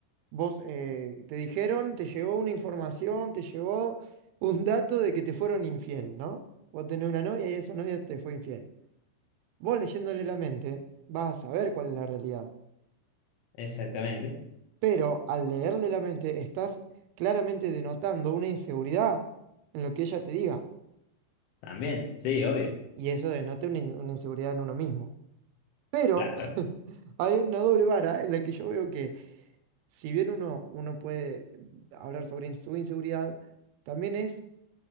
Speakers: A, on the right; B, on the left.
A: Vos eh, te dijeron, te llegó una información, te llegó un dato de que te fueron infiel, ¿no? Vos tenés una novia y esa novia te fue infiel. Vos leyéndole la mente, vas a saber cuál es la realidad.
B: Exactamente,
A: Pero al leerle la mente, estás claramente denotando una inseguridad en lo que ella te diga.
B: también, sí, obvio,
A: Y eso denota una, in- una inseguridad en uno mismo. Pero
B: claro.
A: <laughs> hay una doble vara en la que yo veo que, si bien uno, uno puede hablar sobre in- su inseguridad, también es